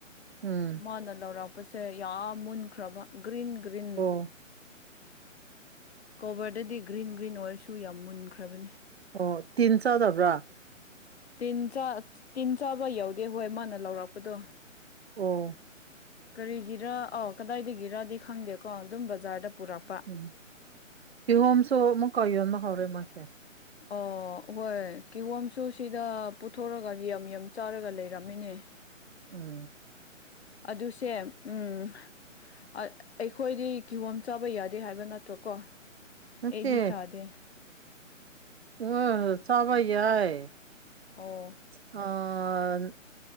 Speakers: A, on the right (about 50°); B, on the left (about 55°).
A: ꯎꯝ
B: ꯍꯥꯟꯅ ꯂꯧꯔꯛꯄꯁꯦ ꯌꯥꯝ ꯃꯨꯟꯈ꯭ꯔꯕ ꯒ꯭ꯔꯤꯟ ꯒ꯭ꯔꯤꯟ
A: ꯑꯣ
B: ꯀꯣꯕꯔꯗꯗꯤ ꯒ꯭ꯔꯤꯟ ꯒ꯭ꯔꯤꯟ ꯑꯣꯏꯔꯁꯨ ꯌꯥꯝ ꯃꯨꯟꯈ꯭ꯔꯕꯅꯤ
A: ꯑꯣ ꯇꯤꯟ ꯆꯥꯗꯕ꯭ꯔꯥ
B: ꯇꯤꯟ ꯇꯤꯟ ꯆꯥꯕ ꯌꯥꯎꯗꯦ ꯍꯣꯏ ꯃꯥꯅ ꯂꯧꯔꯛꯄꯗꯣ
A: ꯑꯣ
B: ꯀꯔꯤꯒꯤꯔ ꯑꯧ ꯀꯗꯥꯏꯗꯒꯤꯔꯗꯤ ꯈꯪꯗꯦꯀꯣ ꯑꯗꯨꯝ ꯕꯖꯥꯔꯗ ꯄꯨꯔꯛ
A: ꯎꯝ ꯍꯤꯍꯣꯝꯁꯨ ꯑꯃꯨꯛ ꯀꯥꯎ ꯌꯣꯟꯕ ꯍꯧꯔꯦ ꯃꯥꯁꯦ
B: ꯑꯣ ꯍꯣꯏ ꯀꯤꯒꯣꯝꯁꯨ ꯁꯤꯗ ꯄꯨꯊꯣꯔꯒ ꯌꯥꯝ ꯌꯥꯝ ꯆꯥꯔꯒ ꯂꯩꯔꯝꯃꯤꯅꯦ
A: ꯎꯝ
B: ꯑꯗꯨꯁꯦ ꯎꯝ ꯑꯩꯈꯣꯏꯗꯤ ꯀꯤꯍꯣꯝ ꯆꯥꯕ ꯌꯥꯗꯦ ꯍꯥꯏꯕ ꯅꯠꯇ꯭ꯔꯣꯀꯣ ꯑꯩꯗꯤ
A: ꯅꯠꯇꯦ
B: ꯆꯥꯗꯦ
A: ꯑꯣ ꯆꯥꯎꯕ ꯌꯥꯏ
B: ꯑꯣ
A: ꯑ